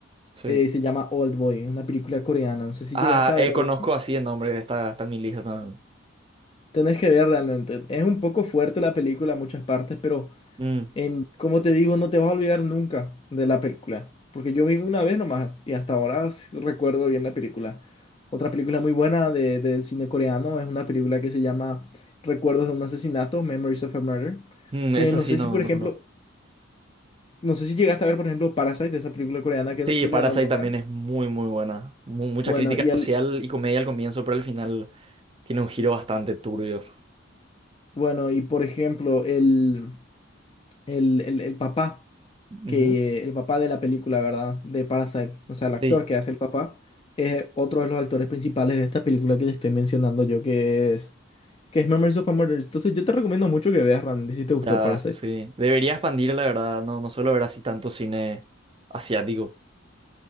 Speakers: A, on the right (about 25°); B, on the left (about 25°).
A: Sí.
B: Eh, se llama Old Boy, una película coreana. No sé si
A: Ah,
B: llegaste a ver.
A: eh,
B: Old
A: conozco
B: Boy.
A: así el nombre, está, está en mi lista también.
B: Tenés que ver realmente. Es un poco fuerte la película en muchas partes, pero...
A: Mm,
B: En, como te digo, no te vas a olvidar nunca de la película, porque yo vi una vez nomás y hasta ahora s- recuerdo bien la película. Otra película muy buena de- del cine coreano es una película que se llama Recuerdos de un asesinato, Memories of a Murder,
A: mm,
B: que
A: esa
B: no
A: sí
B: sé
A: no,
B: si, por
A: no
B: ejemplo,
A: conozco.
B: no sé si llegaste a ver, por ejemplo, Parasite, esa película coreana que
A: Sí,
B: creo
A: Parasite
B: que ganó el Oscar.
A: también es muy, muy buena. Mu- mucha
B: Bueno,
A: crítica
B: y
A: social
B: el,
A: y comedia al comienzo, pero al final tiene un giro bastante turbio.
B: bueno, y por ejemplo, el, el, el, el papá.
A: Ujú.
B: que eh, el papá de la película, ¿verdad? De Parasite, o sea, el actor
A: Sí,
B: que hace el papá, es otro de los actores principales de esta película que te estoy mencionando yo, que es, que es Memories of a Murder. Entonces yo te recomiendo mucho que veas realmente si te
A: ya,
B: gustó Parasite.
A: sí. Debería expandir, la verdad. No, no suelo ver así tanto cine asiático.